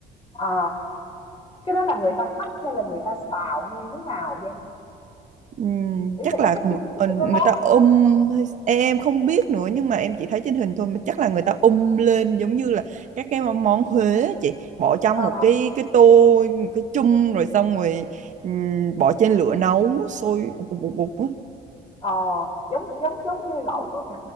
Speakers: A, on the left; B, on the right.
A: ờ. Cái đó là người ta hấp hay là người ta xào như thế nào Giang?
B: Ừm,
A: Ý
B: chắc
A: là cái
B: là
A: cách
B: ng-
A: chế biến
B: ờ,
A: của
B: người
A: cái món
B: ta ôm
A: đó. là sao?
B: hay- em không biết nữa nhưng mà em chỉ thấy trên hình thôi mà chắc là người ta ôm lên giống như là các cái món món Huế á chị bỏ trong
A: Ờ.
B: một cái cái tô một cái chung rồi xong rồi ừm, bỏ trên lửa nấu sôi ụp ụp ụp ụp á.
A: Ờ, giống giống giống như lẩu á nhỉ?